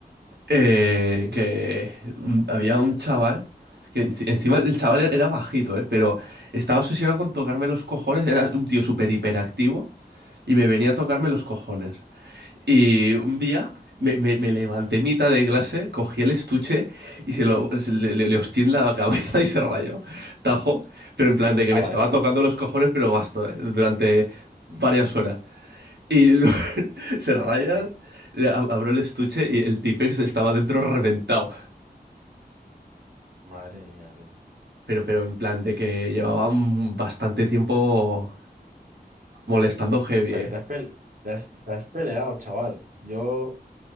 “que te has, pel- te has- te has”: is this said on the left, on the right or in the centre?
Right